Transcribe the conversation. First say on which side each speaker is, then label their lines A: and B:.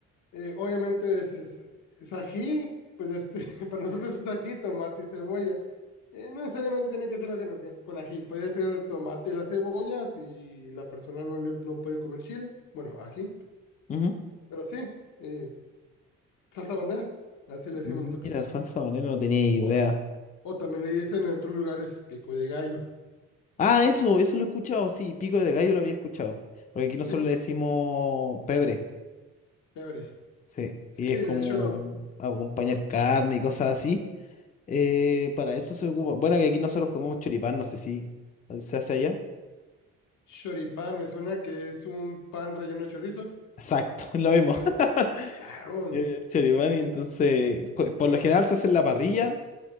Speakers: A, on the left; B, on the left.
A: eh, obviamente es, es, es ají, pues este, <laughs> para nosotros es ají, tomate y cebolla. Eh, no necesariamente tiene que ser ajeno que- con ají, puede ser tomate y la cebolla si la persona no, le, no puede comer chile, bueno, ají,
B: Ujú.
A: pero sí, eh, salsa bandera, así le decimos
B: Mira,
A: nosotros.
B: salsa banera no tenía idea.
A: O, o también le dicen en otros lugares pico de gallo,
B: Ah, eso, eso lo he escuchado, sí, pico de gallo lo había escuchado. Porque aquí nosotros
A: sí,
B: le decimos pebre,
A: chévere.
B: sí,
A: Sí,
B: y es
A: de
B: como
A: hecho,
B: acompañar carne y cosas así. Eh, para eso se ocupa. Bueno, que aquí nosotros comemos choripán, no sé si se hace allá.
A: choripán me suena que es un pan relleno de chorizo.
B: Exacto, <laughs> lo mismo. <laughs>
A: Ah, claro,
B: Eh, Choripán,
A: sí,
B: y entonces, co- por lo general se hace en la parrilla